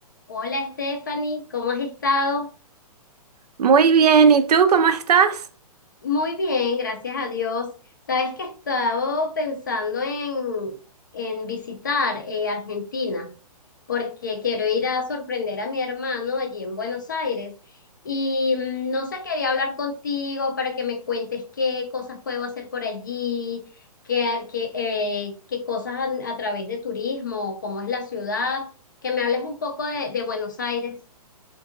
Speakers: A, on the left (about 30°); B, on the right (about 80°).
A: Hola Stephanie, ¿cómo has estado?
B: Muy bien, ¿y tú cómo estás?
A: Muy bien, gracias a Dios. Sabes que he estado pensando en, en visitar eh, Argentina porque quiero ir a sorprender a mi hermano allí en Buenos Aires. Y mm, no sé, quería hablar contigo para que me cuentes qué cosas puedo hacer por allí, qué, qué, eh, qué cosas a, a través de turismo, cómo es la ciudad, que me hables un poco de, de Buenos Aires.